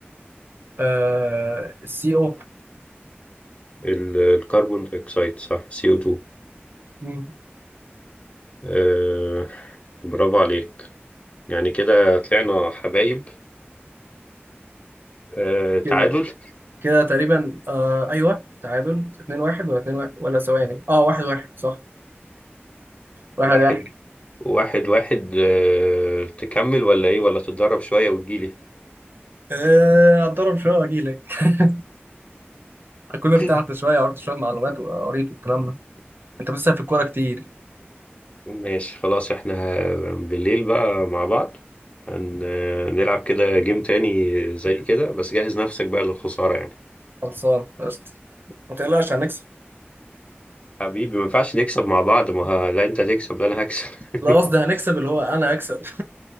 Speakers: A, on the right (about 60°); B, on the left (about 35°).
A: آه سي O.
B: ال- الكربون دايوكسيد صح CO2
A: مم.
B: آه برافو عليك يعني كده طلعنا حبايب آه تعادل
A: كده كده تقريبا آه ايوه تعادل 2 1 ولا 2 1 ولا ثواني اه 1 1 صح 1
B: واحد
A: 1
B: واحد واحد آه تكمل ولا ايه ولا تتدرب شوية وتجيلي
A: آه اتضرب شويه واجي لك <laughs> اكون ارتحت
B: <laughs>
A: شويه عرفت شويه معلومات وقريت والكلام ده انت بتسأل في الكوره كتير
B: ماشي خلاص احنا بالليل بقى مع بعض هن- هنلعب كده جيم تاني زي كده بس جهز نفسك بقى للخسارة يعني
A: خلصان قشطه ما تقلقش هنكسب
B: حبيبي ما ينفعش نكسب مع بعض ما ه- لا انت تكسب لا انا هكسب <laughs>
A: لا قصدي هنكسب اللي هو انا هكسب